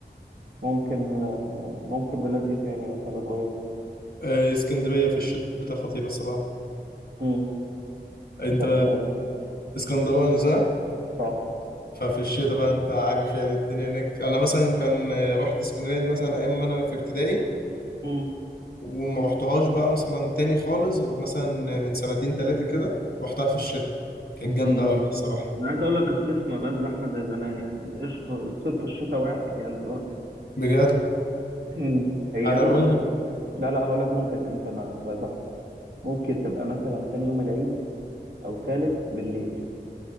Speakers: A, on the right (about 75°); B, on the left (about 60°).
A: ممكن آه، ممكن بلاد ايه تاني مثلا اللي كويس
B: آه، اسكندرية في الشتاء خطيرة الصراحة
A: مم.
B: أنت
A: طب جامد
B: اسكندراني صح؟
A: صح
B: ففي الشتاء بقى أنت عارف يعني الدنيا هناك أنا مثلا كان آه، رحت اسكندرية دي مثلا أيام ما أنا في ابتدائي
A: امم
B: وما رحتهاش بقى مثلا تاني خالص غير مثلا من سنتين تلاتة كده رحتها في الشتاء كانت جامدة
A: امم
B: أوي بقى الصراحة
A: انا عايز اقول لك الصيف ما بقاش زحمه زي زمان يعني قشطه الصيف والشتاء واحد يعني دلوقتي
B: بجد
A: مم. هي
B: أنا
A: بص
B: بقول
A: لا لا هقول لك ممكن امتى ما تبقى زحمه ممكن تبقى مثلا تاني يوم العيد او تالت بالليل